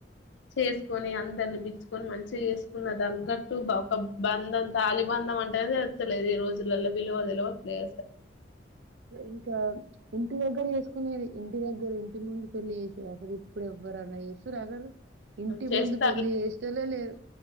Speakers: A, on the left; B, on the right.
A: చేసుకొని అందర్ అనిపించుకొని మంచిగా ఎసుకున్న దగట్టు ఒక బంధం తాలిబంధం అంటేనే తెలుత్తలేదు ఈ రోజులలో విలువ దెలవట్లే అసల్
B: ఇంకా ఇంటి దగ్గర ఎస్కునేది ఇంటి దగ్గర ఇంటి ముందు పెళ్ళి చేేసే అసలు ఇప్పుడు ఎవ్వరు అ అన్న ఎస్తుర అసలు ఇంటికి
A: చేస్తారు
B: ముందు పెళ్లి చేసేటోల్లే లేరు